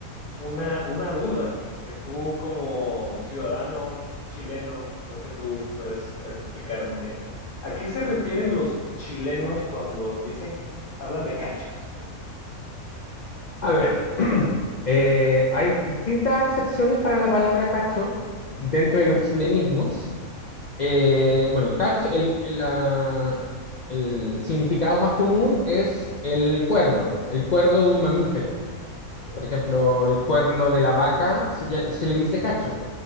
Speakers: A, on the left; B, on the left.
A: una, una duda que tú como ciudadano chileno, lo que tú puedes, puedes explicarme, eh, ¿a qué se refieren los chilenos cuando dicen, hablan de cachos?
B: A ver, <clears throat> eh, hay distintas excepciones para la palabra cacho dentro de los chilenismos. Eh, bueno, cacho, el, el, la- el significado más común es el cuerno, el cuerno de un mamífero.
A: Ok,
B: Por ejemplo, el cuerno de la vaca se, lla- se le dice cacho.